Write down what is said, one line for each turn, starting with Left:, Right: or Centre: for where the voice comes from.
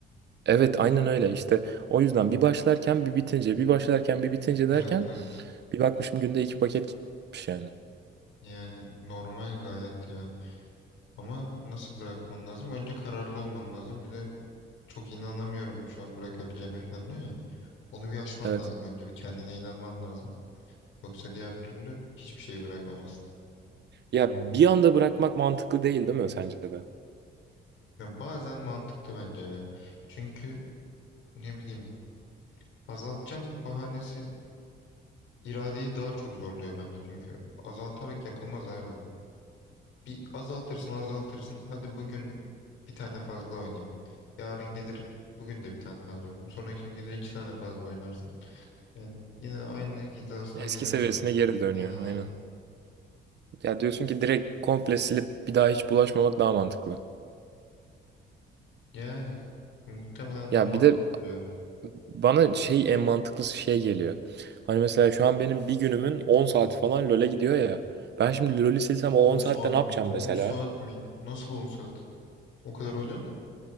Right: Evet aynen öyle işte. O yüzden bir başlarken bir bitince, bir başlarken bir bitince derken
Left: Evet evet
Right: bir bakmışım günde iki paket gitmiş yani.
Left: yani normal gayet ya ama nasıl bırakman lazım? Önce kararlı olman lazım bir de çok inanamıyorum şu an bırakabileceğime falan diyor ya onu bir aşman
Right: Evet.
Left: lazım önce bir kendine inanman lazım yoksa diğer türlü hiçbir şey bırakamazsın.
Right: Ya bir anda bırakmak mantıklı değil değil mi sence de?
Left: Yani bazen mantıklı bence ya çünkü ne bileyim azaltacağım bahanesi iradeyi daha çok zorluyor bence çünkü azaltarak yapılmaz abi. Bir azaltırsın azaltırsın. Hadi bugün bir tane fazla oynayayım. Yarın gelir bugün de bir tane fazla oynayayım. Sonraki gün gelir iki tane fazla oynarsın. Yani yine aynı hizasına
Right: Eski
Left: gelir
Right: seviyesine
Left: bence.
Right: geri dönüyor
Left: Aynen
Right: aynen.
Left: aynen.
Right: Ya diyorsun ki direkt komple silip bir daha hiç bulaşmamak daha mantıklı.
Left: Yani muhtemelen
Right: Ya
Left: daha mantıklı
Right: bir de
Left: duruyor.
Right: Bana şey en mantıklısı şey geliyor. Hani mesela şu an benim bir günümün 10 saati falan LoL'e gidiyor ya. Ben şimdi LoL'ü silsem
Left: on
Right: o 10 saatte
Left: saat
Right: ne yapacağım
Left: mi? on
Right: mesela?
Left: saat mi? Nasıl on saat? O kadar oynuyor musun?